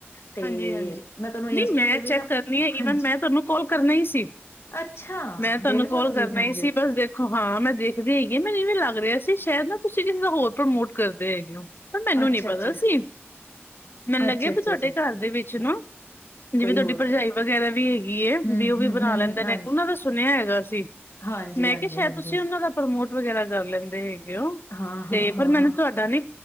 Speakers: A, on the left; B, on the left.
A: ਤੇ
B: ਹਾਂਜੀ ਹਾਂਜੀ
A: ਮੈਂ ਤੁਹਾਨੂੰ ਇੰਸਟਾ
B: ਨਹੀਂ ਮੈਂ
A: ਤੇ
B: ਚੈੱਕ
A: ਵੀ ਨਾ
B: ਈਵਨ
A: ਹਾਂਜੀ
B: ਮੈਂ ਤੁਹਾਨੂੰ ਕਾਲ ਕਰਨਾ ਹੀ ਸੀ
A: ਅੱਛਾ
B: ਮੈਂ ਤੁਹਾਨੂੰ
A: ਦੇਖਦੇ
B: ਕਾਲ
A: ਹੋ ਤੁਸੀਂ
B: ਕਰਨਾ
A: ਹਾਂਜੀ
B: ਹੀ ਸੀ ਬਸ ਦੇਖੋ ਹਾਂ ਮੈਂ ਦੇਖਦੀ ਸੀਗੀ ਮੈਂ ਇਹ ਵੀ ਲੱਗ ਰਿਹਾ ਸੀ ਨਾ ਤੁਸੀਂ ਹੋਰ ਪ੍ਰਮੋਟ ਕਰ ਹੈਗੇ ਹੋ ਪਰ ਮੈਨੂੰ
A: ਅੱਛਾ-ਅੱਛਾ,
B: ਨੀ ਪਤਾ ਸੀ ਮੈਨੂੰ
A: ਅੱਛਾ-ਅੱਛਾ-ਅੱਛਾ
B: ਲੱਗਿਆ ਵੀ ਤੁਹਾਡੇ ਘਰ ਦੇ ਵਿੱਚ ਨਾ
A: ਕੋਈ
B: ਜਿਵੇਂ ਤੁਹਾਡੀ
A: ਹੋਰ
B: ਭਰਜਾਈ
A: ਕਰਦੇ
B: ਵਧੀਆ ਵੀ ਹੈਗੀ ਹ
A: ਹੂੰ-ਹੂੰ-ਹੂੰ-ਹੂੰ
B: ਵੀ ਉਹ ਵੀ ਬਣਾ ਲੈਂਦੇ
A: ਹਾਂਜੀ-ਹਾਂਜੀ,
B: ਨੇ ਉਹਨਾਂ ਦਾ ਸੁਣਿਆ ਹੈਗਾ ਸੀ
A: ਹਾਂਜੀ-ਹਾਂਜੀ-ਹਾਂਜੀ-ਹਾਂਜੀ
B: ਮੈਂ ਕਿਹਾ ਸ਼ਾਇਦ ਤੁਸੀਂ ਉਹਨਾਂ ਦਾ ਪ੍ਰਮੋਟ ਵਗੈਰਾ ਕਰ ਲੈਂਦੇ ਸੀਗੇ ਕਿਉਂ
A: ਹਾਂ-ਹਾਂ-ਹਾਂ-ਹਾਂ
B: ਤੇ ਪਰ ਮੈਨੂੰ ਤੁਹਾਡਾ ਨਹੀਂ